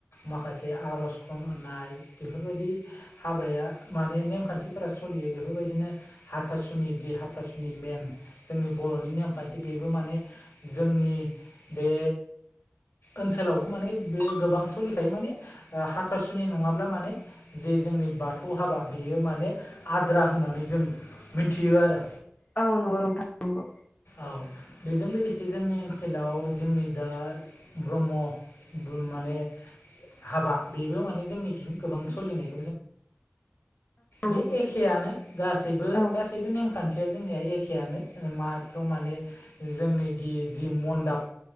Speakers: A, on the left; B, on the left.
A: माखासे आर'ज खन नाय बेफोरबायदि हाबाया माने नेमखान्थिफोरा सलियो बेफोरबायदिनो हाथासुनि जि हाथासुनि मेन जोंनि बर'नि नेमखान्थि बेबो माने जोंनि बे ओनसोलावबो माने बे गोबां सोलिखायो माने हाथासुनि नङाब्ला माने जे जोंनि बाथौ हाबा बेयो माने आद्रा होननानै जों मिथियो आरो
B: औ नंगौ नोंथां नंगौ।
A: औ बेजों लोगोसे जोंनि ओनसोलाव जोंनि दा ब्रह्म माने हाबा बेबो माने जोंनिसिम गोबां सलिनाय बे
B: नंगौ
A: एखेयानो गासैबो
B: औ
A: गासैबो नेमखान्थि जोंनिया एखेआनो माथो माने जोंनि गि जि मन्दाब